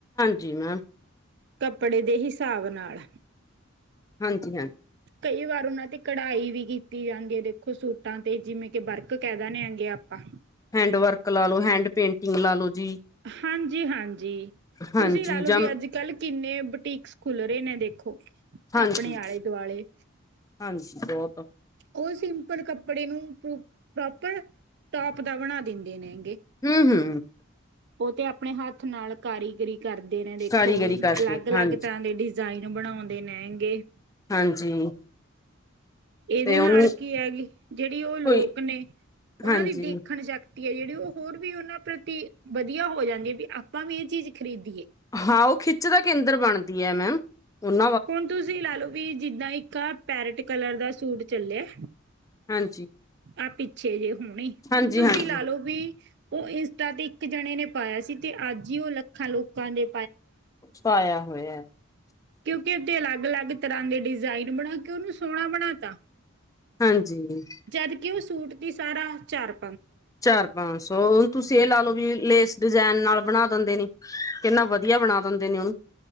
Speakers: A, on the left; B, on the right.
A: ਜੀ ਮੈਮ,
B: ਕੱਪੜੇ ਦੇ ਹਿਸਾਬ ਨਾਲ।
A: ਹਾਂਜੀ, ਹਾਂ।
B: ਕਈ ਵਾਰ ਉਹਨਾਂ ਤੇ ਕਢਾਈ ਵੀ ਕੀਤੀ ਜਾਂਦੀ ਏ ਦੇਖੋ ਸੂਟਾਂ ਤੇ, ਜਿਵੇਂ ਕਿ ਬਰਕ ਕਹਿ ਦਨੇ ਗੇ ਆਪਾਂ।
A: ਹੈਂਡ ਵਰਕ ਲਾ ਲੋ, ਹੈਂਡ ਪੇਂਟਿੰਗ ਲਾ ਲੋ। ਜੀ
B: ਹਾਂਜੀ- ਹਾਂਜੀ,
A: ਹਾਂਜੀ
B: ਤੁਸੀਂ ਲਾ ਲਓ
A: ਜਾਂ
B: ਵੀ ਅੱਜ-ਕੱਲ ਕਿੰਨੇ ਬੁਟੀਕ ਖੁੱਲ ਰਹੇ ਨੇ ਦੇਖੋ
A: ਹਾਂਜੀ
B: ਅਪਣੇ ਆਲੇ- ਦੁਆਲੇ।
A: ਹਾਂਜੀ ਬਹੁਤ।
B: ਉਹ ਸਿੰਪਲ ਕੱਪੜੇ ਨੂੰ ਪ੍ਰੋ - ਪ੍ਰੋਪਰ ਟੋਪ ਦਾ ਬਣਾ ਦਿੰਦੇ ਨੇ।
A: ਹੰ - ਹੰ
B: ਉਹ ਤੇ ਆਪਣੇ ਹੱਥ ਨਾਲ ਕਾਰੀਗਰੀ ਕਰਦੇ ਨੇ ਦੇਖੋ
A: ਕਾਰੀਗਰੀ ਕਰਕੇ
B: ਅਲੱਗ-ਅਲੱਗ
A: ਹਾਂਜੀ
B: ਤਰ੍ਹਾਂ ਦੇ ਡਿਜ਼ਾਇਨ ਬਣਾਉਂਦੇ ਨਿਹਗੇ।
A: ਹਾਂਜੀ
B: ਇਹਦੇ
A: ਤੇ
B: ਨਾਲ
A: ਉਹਨੂੰ
B: ਕੀ ਹੈਗੀ, ਜਿਹੜੀ ਉਹ ਲੋਕ
A: ਕੋਈ
B: ਨੇ ਉਹਨਾਂ
A: ਹਾਂਜੀ
B: ਦੀ ਦੇਖਣ ਸ਼ਕਤੀ ਏ ਜਿਹੜੀ ਉਹ ਹੋਰ ਵੀ ਉਹਨਾਂ ਪ੍ਰਤੀ ਵਧੀਆ ਹੋ ਜਾਂਦੀ ਵੀ ਆਪਾਂ ਵੀ ਇਹ ਚੀਜ਼ ਖਰੀਦ।
A: ਹਾਂ ਉਹ ਖਿੱਚ ਦਾ ਕੇਂਦਰ ਬਣਦੀ ਹੈ ਮੈਮ, ਓਹਨੂੰ।
B: ਹੁਣ ਤੁਸੀਂ ਲਾ ਲੋੋ, ਵੀ ਜਿੱਦਾਂ ਇੱਕ ਪੈਰਟ ਕਲਰ ਦਾ ਸੂਟ ਚਲਿਆ।
A: ਹਾਂਜੀ।
B: ਆ ਪਿੱਛੇ ਜੇ ਹੋਣੇ।
A: ਹਾਂਜੀ
B: ਤੁਸੀਂ
A: ਹਾਂਜੀ
B: ਲਾ ਲਓ ਵੀ, ਉਹ ਇੰਸਟਾ ਤੇ ਇੱਕ ਜਣੇ ਨੇ ਪਾਇਆ ਸੀ ਤੇ ਅੱਜ ਜੀ ਉਹ ਲੱਖਾਂ ਲੋਕਾਂ ਨੇ
A: ਪਾਇਆ ਹੋਇਆ।
B: ਕਿਉਂਕਿ ਉੱਤੇ ਅਲੱਗ-ਅਲੱਗ ਤਰ੍ਹਾਂ ਦੇ ਡਿਜ਼ਾਇਨ ਬਣਾ ਕੇ ਉਹਨੂੰ ਸੋਹਣਾ ਬਣਾ ਤਾ।
A: ਹਾਂਜੀ
B: ਜਦ ਕਿ ਉਹ ਸੂਟ ਦੀ ਸਾਰਾ ਚਰੱ
A: ਚਾਰ ਪੰਜ ਸੌ, ਹੁਣ ਤੁਸੀਂ ਇਹ ਲਾ ਲਓ ਵੀ ਲੇਸ ਡਿਜਾਇਨ ਨਾਲ ਬਣਾ ਦਿੰਦੇ ਨੇ, ਕਿੰਨਾ ਵਧੀਆ ਬਣਾ ਦਿੰਦੇ ਨੇ ਉਹਨੂੰ।